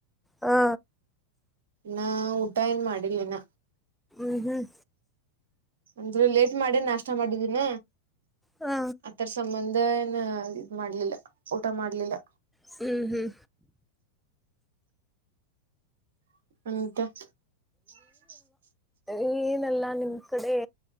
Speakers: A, in the centre; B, on the right.
A: ಹಾ
B: ನಾ ಊಟ ಏನ್ ಮಾಡಿರ್ಲಿನ
A: ಹ್ಮ್ ಹ್ಮ್
B: ಅಂದ್ರೆ ಲೇಟ್ ಮಾಡಿ ನಾಷ್ಟ ಮಾಡಿದಿನ
A: ಹಾ
B: ಆತರ ಸಂಬಂಧ ನ್ ಇದ್ ಮಾಡ್ಲಿಲ್ಲ ಊಟ ಮಾಡ್ಲಿಲ್ಲ.
A: ಹ್ಮ್ ಹ್ಮ್.
B: <unintelligible>
A: ಏನ್ ಅಲ್ಲ ನಿಮ್ ಕಡೆ.